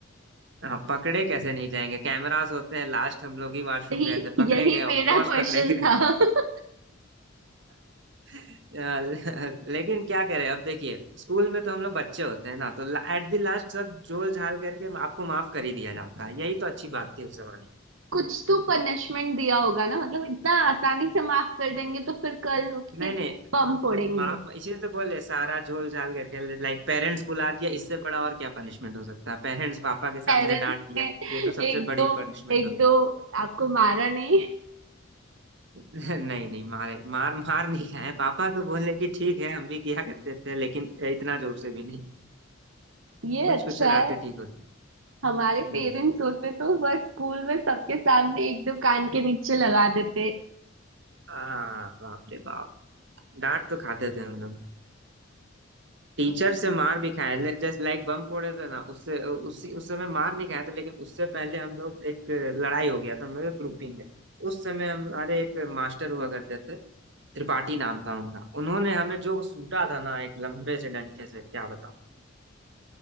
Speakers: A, on the right; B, on the right.
A: हाँ पकड़े कैसे नहीं जाएंगे कैमरास होते हैं लास्ट हम लोग ही वॉशरूम
B: यही
A: गए थे पकड़े
B: यही
A: गए ऑफ
B: मेरा
A: कोर्स
B: क्वेश्चन
A: पकड़े गए
B: था <laughs>
A: <laughs> अ, ले- लेकिन क्या करें अब देखिए स्कूल में तो हम लोग बच्चे होते हैं ना तो एट द लास्ट सब झोल झाल करके आपको माफ कर ही दिया जाता है यही तो अच्छी बात थी उस जमाने की
B: कुछ तो पनिशमेंट दिया होगा ना मतलब इतना आसानी से माफ कर देंगे तो फिर कल उठ
A: नहीं
B: के
A: नहीं
B: बम फोड़ेंगे
A: माफ इसीलिए तो बोले सारा झोल झाल करके लाइक पेरेंट्स बुला दिया इससे बड़ा और क्या पनिशमेंट हो सकता है पेरेंट्स पापा के सामने
B: पेरेंट्स
A: डांट दिया
B: ने
A: ये तो सबसे
B: एक
A: बड़ी
B: दो
A: पनिशमेंट
B: एक दो आपको मारा नहीं
A: नहीं नहीं मारे मार मार नहीं खाए पापा तो बोले कि ठीक है हम भी किया करते थे लेकिन इतना जोर से भी नहीं
B: ये
A: कुछ
B: अच्छा
A: कुछ शरारते ठीक होती
B: हमारे
A: हम्म।
B: पेरेंट्स होते तो बस स्कूल में सबके सामने एक दो कान के नीचे लगा देते
A: हाँ बाप रे बाप डांट तो खाते थे हम लोग टीचर से मार भी खाए ले, जैसे लाइक बम फोड़े थे ना उससे उसी उस समय मार नहीं खाए थे लेकिन उससे पहले हम लोग एक लड़ाई हो गया था हम लोग ग्रुपिंग में उस समय हमारे एक मास्टर हुआ करते थे त्रिपाठी नाम था उनका उन्होंने हमें जो सूटा था ना एक लंबे से डंडे से क्या बताऊं